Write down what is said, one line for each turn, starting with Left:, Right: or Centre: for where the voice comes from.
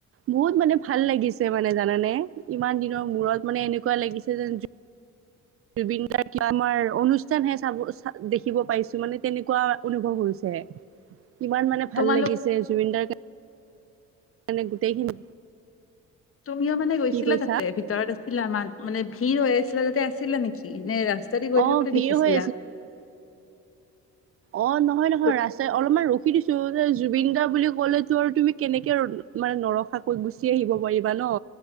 Right: বহুত মানে ভাল লাগিছে মানে জানানে, ইমান দিনৰ মূৰত মানে এনেকুৱা লাগিছে যেন। জুবিনদাৰ তুমাৰ অনুষ্ঠান হে চাব দেখিব পাইছো মানে, তেনেকুৱা অনুভৱ হৈছে।
Left: <inaudible>
Right: ইমান মানে ভাল
Left: তোমালোক
Right: লাগিছে, জুবিনদাৰ মানে গোটেইখিনি
Left: তুমিও মানে গৈছিলা
Right: কি কৈছা
Left: তাতে, ভিতৰত আছিলা আমাৰ মানে ভিৰ হৈ আছিলা তাতে আছিলা নেকি নে ৰাস্তা। ৰাস্তা দি গৈ
Right: অ
Left: থাকোতে
Right: ভিৰ
Left: দেখিছিলা।
Right: হৈ অঁ নহয় নহয়
Left: ৰ-
Right: ৰাস্ত অলপমান ৰখি দিছো জুবিন গাৰ বুলি কলেতো আৰু তুমি কেনেকে ন মানে নৰখাকৈ গুচি আহিব পাৰিবা ন,